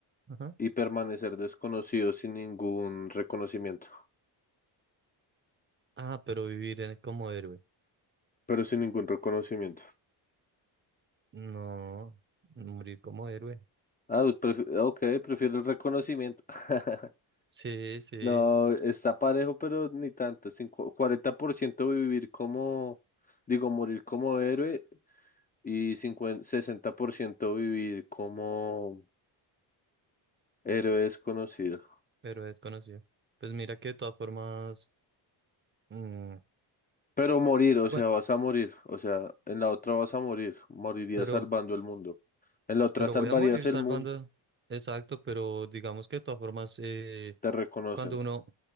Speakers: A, on the right (about 25°); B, on the left (about 20°).
A: Ajá.
B: y permanecer desconocido sin ningún reconocimiento.
A: Ah, pero vivir en- como héroe.
B: Pero sin ningún reconocimiento.
A: No, morir como héroe.
B: Ah, pues prefi- ok, prefiero el reconocimiento. <laughs>
A: Sí, sí,
B: No, está parejo, pero ni tanto. cinco- 40% vivir como, digo, morir como héroe y cincuenta, sesenta por ciento vivir como héroe desconocido.
A: pero es conocido. Pues mira que de todas formas... mm,
B: Pero morir, o
A: bueno,
B: sea, vas a morir. O sea, en la otra vas a morir. Morirías
A: pero
B: salvando el mundo. En la otra
A: Pero
B: salvarías
A: voy a morir
B: el
A: salvando.
B: mundo.
A: Exacto, pero digamos que de todas formas, eh,
B: Te reconocen.
A: cuando uno,